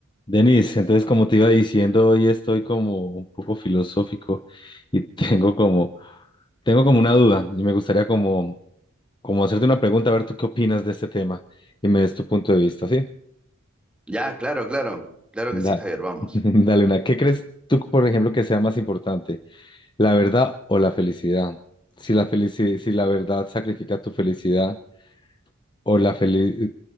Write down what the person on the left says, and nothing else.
Denis, entonces como te iba diciendo, hoy estoy como un poco filosófico y <laughs> tengo como, tengo como una duda y me gustaría como, como hacerte una pregunta, a ver tú qué opinas de este tema y me des tu punto de vista, ¿sí?
Da,
<laughs> dale una. ¿Qué crees tú, por ejemplo, que sea más importante, la verdad o la felicidad? Si la felici- si la verdad sacrifica tu felicidad o la felicidad,